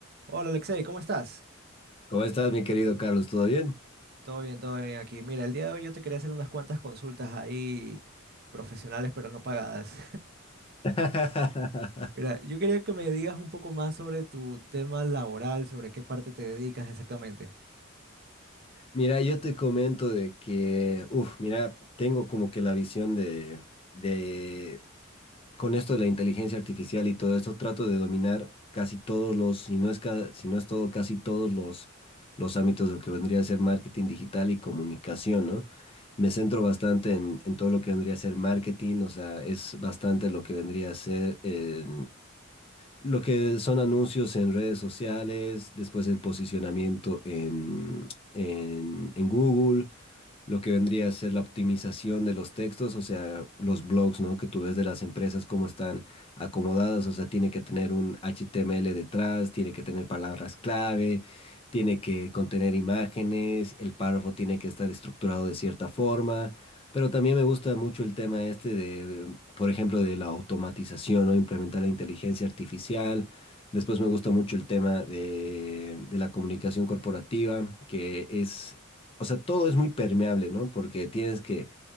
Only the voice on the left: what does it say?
¿Cómo estás, mi querido Carlos? ¿Todo bien?
<laughs>
Mira, yo te comento de que, uff, mira, tengo como que la visión de, de, con esto de la inteligencia artificial y todo esto, trato de dominar casi todos los, si no es, ca- si no es todo, casi todos los, los ámbitos de lo que vendría a ser marketing digital y comunicación, ¿no? Me centro bastante en, en todo lo que vendría a ser marketing, o sea, es bastante lo que vendría a ser eh, Lo que son anuncios en redes sociales, después el posicionamiento en, en, en Google, lo que vendría a ser la optimización de los textos, o sea, los blogs, ¿no? Que tú ves de las empresas, cómo están acomodadas, o sea, tiene que tener un HTML detrás, tiene que tener palabras clave, tiene que contener imágenes, el párrafo tiene que estar estructurado de cierta forma. Pero también me gusta mucho el tema este de, por ejemplo, de la automatización, ¿no? Implementar la inteligencia artificial. Después me gusta mucho el tema de, de la comunicación corporativa, que es o sea, todo es muy permeable, ¿no? Porque tienes que,